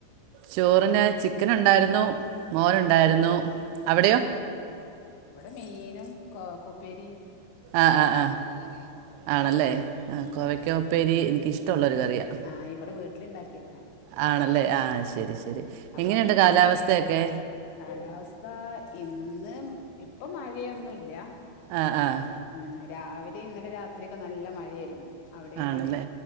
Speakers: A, on the right; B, on the left.
A: ചോറിന് ചിക്കൻ ഉണ്ടായിരുന്നു മോരുണ്ടായിരുന്നു. അവിടെയോ
B: ഉം ഇവടെ മീനും കോവക്ക ഉപ്പേരിം.
A: ആഹ് ആഹ് ആഹ് ആണല്ലേ ആഹ്
B: ഉം
A: കോവയ്ക്ക ഉപ്പേരി എനിക്കിഷ്ടമുള്ളൊരു കറിയാ.
B: ആ ഇവടെ വീട്ടില്ണ്ടാക്കിയത.
A: ആണല്ലേ ആഹ് ശരി ശരി.
B: അപ്പൊ
A: എങ്ങനെയുണ്ട്
B: നമ്മക്ക്
A: കാലാവസ്ഥയൊക്കെ?
B: കാലാവസ്ഥ ഇന്ന് ഇപ്പം മഴയൊന്നുല്ല.
A: ആഹ് ആഹ്
B: ഉം രാവിലെ ഇന്നലെ രാത്രിയക്കെ നല്ല മഴയായിരുന്നു. അവിടെയോ
A: ആണല്ലേ